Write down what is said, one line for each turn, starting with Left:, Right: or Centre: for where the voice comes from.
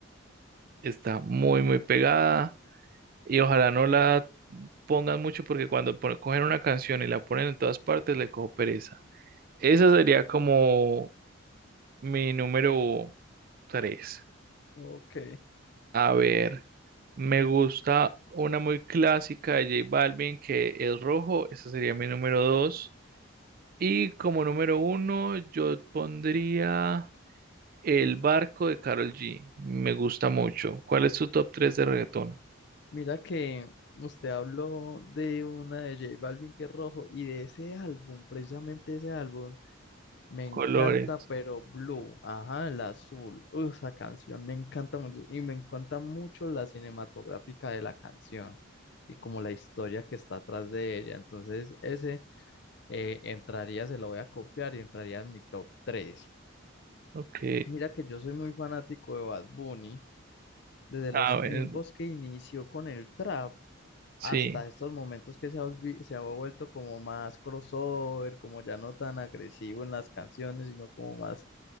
Right: Está muy, muy pegada y ojalá no la pongan mucho porque cuando pon- cogen una canción y la ponen en todas partes le cojo pereza. Esa sería como mi número tres
Left: Ok.
Right: A ver, me gusta una muy clásica de J Balvin que es rojo. Esa sería mi número dos Y como número uno yo pondría El barco de Karol G. Me gusta mucho. ¿Cuál es tu top 3 de reggaetón?
Left: Mira que usted habló de una de J Balvin que es rojo y de ese álbum, precisamente ese álbum, Me
Right: Colores.
Left: encanta, pero Blue, ajá, el azul. Uy, esa canción me encanta mucho. Y me encanta mucho la cinematográfica de la canción y como la historia que está atrás de ella. Entonces, ese eh, entraría, se lo voy a copiar y entraría en mi top 3.
Right: Ok.
Left: Mira que yo soy muy fanático de Bad Bunny desde
Right: A
Left: los
Right: ver,
Left: tiempos que inició con el trap
Right: sí.
Left: hasta estos momentos que se ha, volvi- se ha vuelto como más crossover, como ya no tan agresivo en las canciones, sino como más,